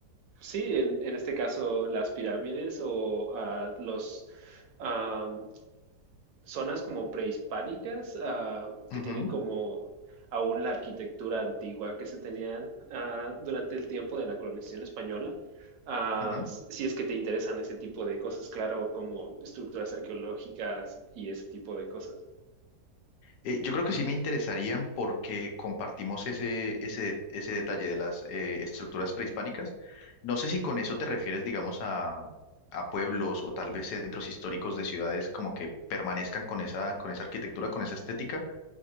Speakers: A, on the right (about 65°); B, on the left (about 75°).
A: sí, en, en este caso las pirámides o ah, los, am, zonas como prehispánicas ah, que
B: Ujú,
A: tienen como aún la arquitectura antigua que se tenían ah, durante el tiempo de la colonización española. Ah,
B: ujú.
A: si si es que te interesan ese tipo de cosas, claro, como estructuras arqueológicas y ese tipo de cosas.
B: Eh, yo creo que sí me interesarían porque compartimos ese, ese, ese detalle de las eh, estructuras prehispánicas. No sé si con eso te refieres, digamos, a, a pueblos o tal vez centros históricos de ciudades como que permanezcan con esa, con esa arquitectura, con esa estética